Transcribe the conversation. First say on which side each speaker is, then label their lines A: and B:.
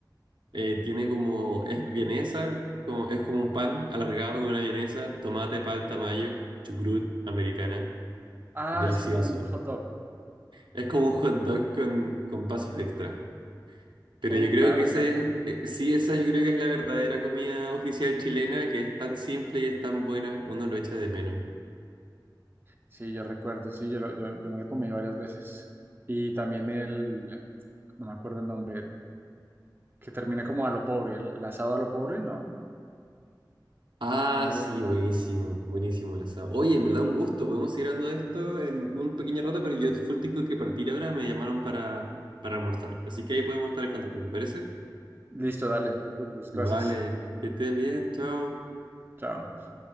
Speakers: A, on the right; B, on the right.
A: Eh, tiene como, es vienesa, como, es como un pan alargado con una vienesa, tomate, palta, mayo, chucrut, americana,
B: Ah,
A: delicioso.
B: es como un hot dog.
A: Es como un hot dog con, con pasos extra. Pero
B: Oh,
A: yo creo
B: claro,
A: que ese,
B: claro.
A: eh, sí, esa yo creo que es la verdadera comida oficial chilena, que es tan simple y es tan buena, uno lo echa de menos.
B: Sí, yo recuerdo, sí, yo, lo- yo, yo me lo comí varias veces. Y también el, no me acuerdo el nombre, el que termina como a lo pobre, el, el asado a lo pobre, no.
A: Ah,
B: ¿Cómo era?
A: sí,
B: ¿Cómo
A: buenísimo,
B: era?
A: buenísimo el asado. Oye, en verdad un gusto, podemos seguir hablando de esto en un pequeño rato, pero yo full tengo que partir ahora, me llamaron para, para almorzar. Así que ahí podemos estar en contacto, ¿te parece?
B: Listo, dale, no te preocupes, gracias.
A: Vale, que estés bien, chao.
B: Chao.